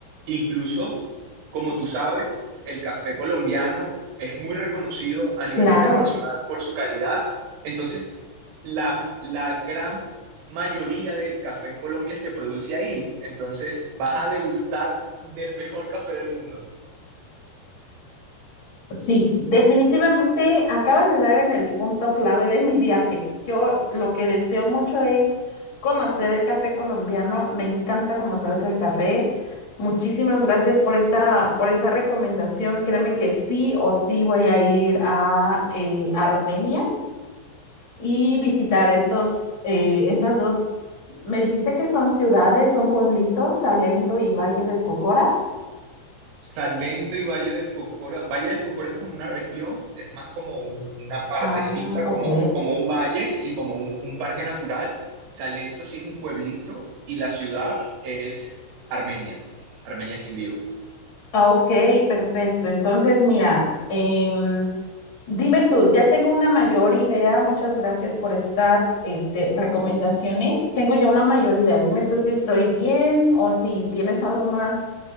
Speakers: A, on the right; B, on the left.
A: Incluso, como tú sabes, el café colombiano es muy reconocido a nivel
B: claro.
A: internacional por su calidad entonces, la, la gran mayoría del café en Colombia se produce ahí. Entonces, vas a degustar del mejor café del mundo.
B: Sí, definitivamente acabas de dar en el punto clave de mi viaje. Yo lo que deseo mucho es conocer el café colombiano. Me encanta, como sabes, el café. Muchísimas gracias por esta, por esa recomendación. Créeme que sí o sí voy a ir a eh, Armenia y visitar estos, eh, estas dos. Me dijiste que son ciudades, son pueblitos, Salento y Valle del Cocora.
A: Salento y Valle del Cocora. Valle del Cocora es como una región, es más como un- una partecita,
B: Ah, ok.
A: como, como un valle, sí, como un, un parque natural. Salento sí es un pueblito y la ciudad es Armenia. Armenia es Quindío.
B: Ah, Ok, perfecto. Entonces, mira, em, dime tú, ya tengo una mayor idea. Muchas gracias por estas, este, recomendaciones. Tengo ya una mayor idea. Dime tú si estoy bien o si tienes algo más,